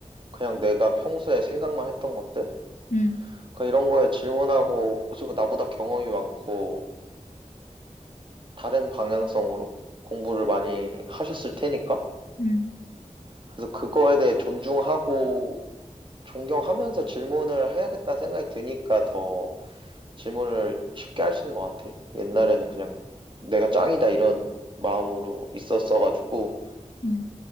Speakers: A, on the right; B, on the left.
A: 그냥 내가 평소에 생각만 했던 것들
B: 음,
A: 그 이런 거에 질문하고 어차피 나보다 경험이 많고 다른 방향성으로 공부를 많이 하셨을 테니까
B: 음,
A: 그래서 그거에 대해 존중하고 존경하면서 질문을 해야겠다는 생각이 드니까 더 질문을 쉽게 할 수 있는 것 같아. 옛날에는
B: 어,
A: 그냥 내가 짱이다 이런 마음으로 있었어가지고
B: 응